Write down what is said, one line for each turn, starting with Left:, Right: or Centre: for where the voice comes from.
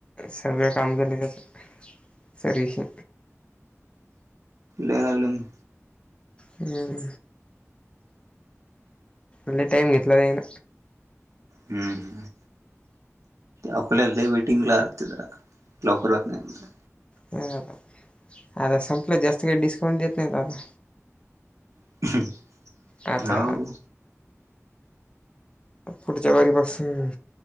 Left: सगळं काम केलं जातं, तरी ही.
Right: लई लागलं म्हण.
Left: हम. लई टाइम घेतला वो हेन.
Right: हम्म, हम्. अकोल्याला लई वेटिंग लागतेत, लवकरत होतं नाही तिथं.
Left: नाही आता, संपलं जास्त काही डिस्काउंट देत नाही आता.
Right: <unintelligible>
Left: आता.
Right: हाव
Left: पुढच्या वारीपासून,